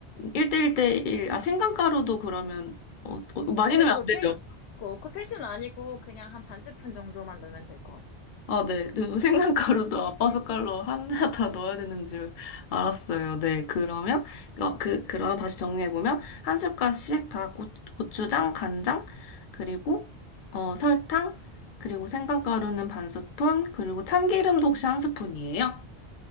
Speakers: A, on the left; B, on the left.
A: 1대1대1, 아, 생강가루도 그러면, 어, 어, 많이
B: 근데
A: 넣으면
B: 그거
A: 안 되죠?
B: 필, 그거, 그 필수는 아니고 그냥 한 반 스푼 정도만 넣으면 될 것 같아요.
A: 아, 네. 그 생강가루도 아빠 숟갈로 하나 다 넣어야 되는 줄 알았어요. 네. 그러면, 어, 그, 그럼 다시 정리해보면, 한 숟갈씩 다 고, 고추장, 간장, 그리고, 어, 설탕, 그리고 생강가루는 반 스푼, 그리고 참기름도 혹시 한 스푼이에요?